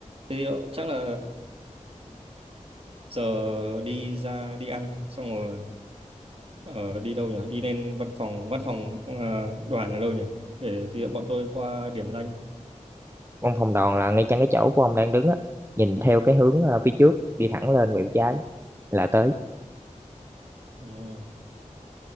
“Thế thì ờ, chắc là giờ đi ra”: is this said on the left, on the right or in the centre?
Right